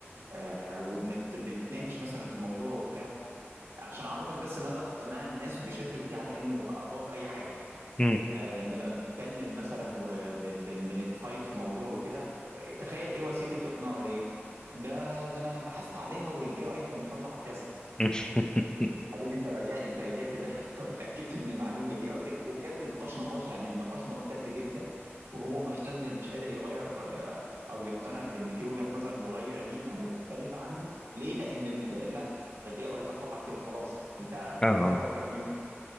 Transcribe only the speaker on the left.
مم.
<laughs>
اه